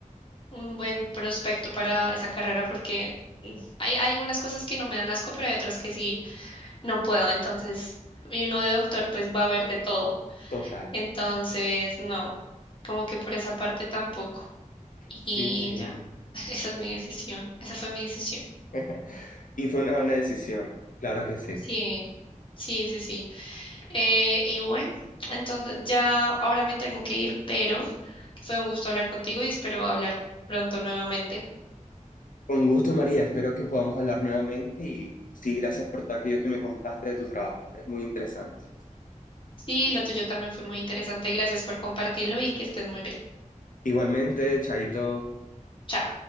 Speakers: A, on the left (about 40°); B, on the left (about 85°).
A: un buen prospecto para esa carrera porque mm, hay, hay algunas cosas que no me dan asco, pero hay otras que sí no puedo, entonces, y uno de doctor pues va a ver de todo,
B: Total.
A: entonces no, como que por esa parte tampoco. Y
B: Sí, sí.
A: ya. Esa es mi decisión. Esa fue mi decisión.
B: <laughs> Y fue una buena decisión, claro que sí.
A: Sí, sí, sí, sí. Eh, y bueno, entonces ya ahora me tengo que ir, pero fue un gusto hablar contigo y espero hablar pronto nuevamente.
B: Con gusto, María, espero que podamos hablar nuevamente y sí, gracias por todo aquello que me contaste de tu trabajo. Es muy interesante.
A: Sí, lo tuyo también fue muy interesante. Gracias por compartirlo y que estés muy bien.
B: Igualmente, Chaito.
A: Chao.